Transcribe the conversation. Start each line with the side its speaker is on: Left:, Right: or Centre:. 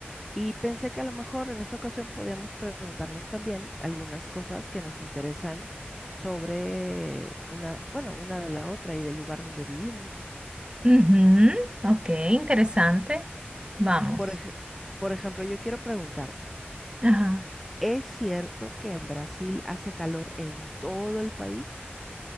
Centre: Y pensé que a lo mejor en esta ocasión podíamos preguntarnos también algunas cosas que nos interesan sobre una, bueno, una de la otra y del lugar donde vivimos.
Right: Ujú, Ok, interesante. Vamos.
Centre: Por ej- por ejemplo, yo quiero preguntarte,
Right: Ajá.
Centre: ¿es cierto que en Brasil hace calor en todo el país?